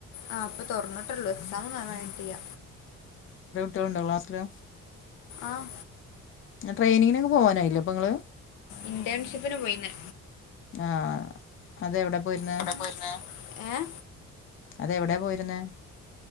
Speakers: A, on the left; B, on the left.
A: ആഹ പ്പൊ തൊറന്നിട്ടൊള്ളൂ, എക്സാമൊന്നും ആ വനായിട്ടില്ല.
B: ട്ടണ്ടോ ക്ലാസ്സില്?
A: ആഹ.
B: ട്രയിനിങ്ങിന് ഒക്കെ പോവാനായില്ലേ പ്പൊ ങ്ങള്?
A: ഇന്റേൺഷിപ്പിന് പോയിന്ന്.
B: ആഹ അതെവിടെ പോയിരുന്നെ?
A: എവിടെ പോയിരുന്നേ ഏ
B: അതെവിടെ പോയി ന്നേ?